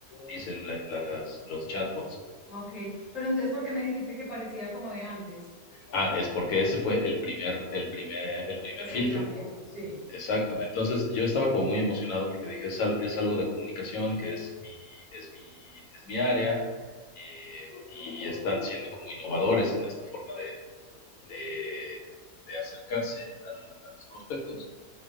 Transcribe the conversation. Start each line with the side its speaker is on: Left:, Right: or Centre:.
Left: dicen la- las- los chatbots.
Centre: ok, pero entonces, ¿por qué me dijiste que parecía como de antes?
Left: Ah, es porque ese fue el primer, el primer, el primer
Centre: Acercamiento,
Left: filtro.
Centre: sí,
Left: Exacto. Entonces yo estaba como muy emocionado porque dije, es, al- es algo de comunicación que es mi, es mi, es mi área eh, y están siendo como innovadores en esta forma de, de- de acercarse al- a los prospectos.